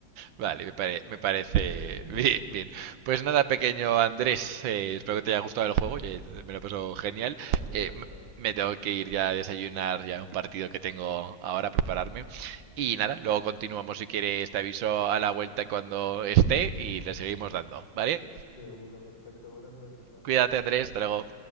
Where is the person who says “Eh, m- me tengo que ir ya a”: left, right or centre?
Right